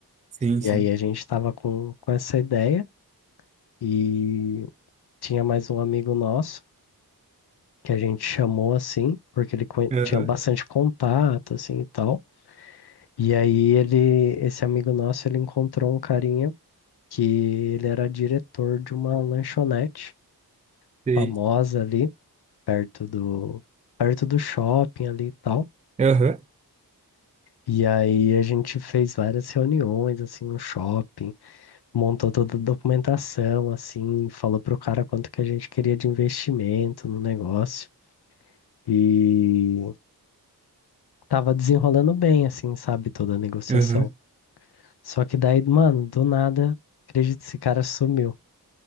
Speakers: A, on the right; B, on the left.
A: Sim,
B: E
A: sim.
B: aí a gente estava com, com essa ideia e tinha mais um amigo nosso que a gente chamou assim, porque ele conhe-
A: Aham.
B: tinha bastante contato assim e tal. E aí ele, esse amigo nosso, ele encontrou um carinha que ele era diretor de uma lanchonete
A: Sei.
B: famosa ali perto do perto do shopping ali e tal.
A: Aham.
B: E aí a gente fez várias reuniões assim no shopping montou toda a documentação, assim, falou pro cara quanto que a gente queria de investimento no negócio e tava desenrolando bem, assim, sabe, toda a negociação.
A: Aham.
B: Só que daí, mano, do nada, acredito, esse cara sumiu.